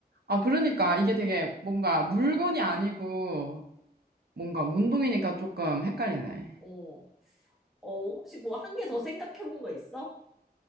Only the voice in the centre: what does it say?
어, 어, 혹시 뭐 한 개 더 생각해 본 거 있어?